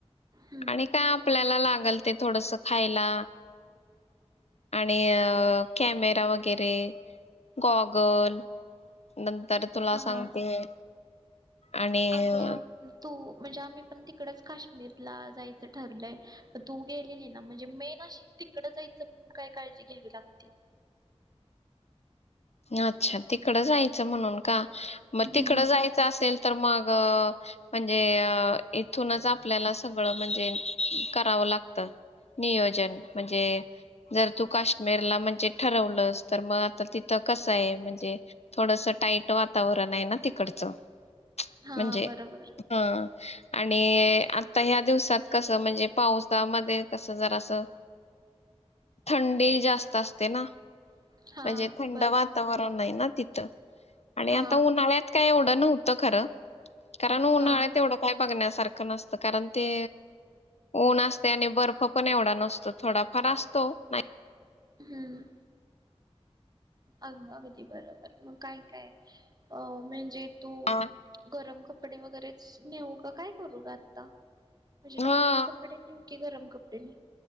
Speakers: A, on the right; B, on the left.
A: हम्म.
B: आणि का आपल्याला लागतय? गलते थोडस खायला. आणि अ कॅमेरा वगेरे गॉगल नंतर तुला
A: हां.
B: सांगते आणि
A: अगं
B: अ
A: तू म्हणजे आम्ही पण तिकडच काश्मीरला जायचं ठरलय, तू गेलेली ना म्हणजे मेन अशी तिकड जायचं म्हणून काय काळजी घ्यावी लागते.
B: अच्छा तिकडं जायचं म्हणून का? मग
A: हम्म.
B: तिकडं जायचं असेल तर मग म्हणजे इथूनच आपल्याला सगळं म्हणजे करावं लागतं नियोजन म्हणजे जर तू काश्मीरला म्हणजे ठरवलंस तर मग आता ति कसं आहे म्हणजे थोडस टाईट वातावरण आहे ना तिकडचं
A: हां
B: म्हणजे
A: बरोबर.
B: हा आणि आता ह्या दिवसात कसं म्हणजे पावसामध्ये कसं जरा असं थंडी जास्त असते ना
A: हा
B: म्हणजे थंड वातावरण आहे ना तिथ आणि
A: हां.
B: आता उन्हाळ्यात काय एवढं न त खरं कारण उन्हाळ
A: हां.
B: तेवढं काय बघण्यासारखं सत कारण ते ऊन असते आणि बर्फ पण एवढा नसतो थोडाफार असतो नाही
A: हम्म अ अगदी बरोबर मग काय काय अ म्हणजे त
B: का
A: गरम कप कपडे वगैरेच नेऊ का काय करू ग आता म्हणजे
B: हां.
A: नॉर्मल कपडेऊ क गरम कपडेने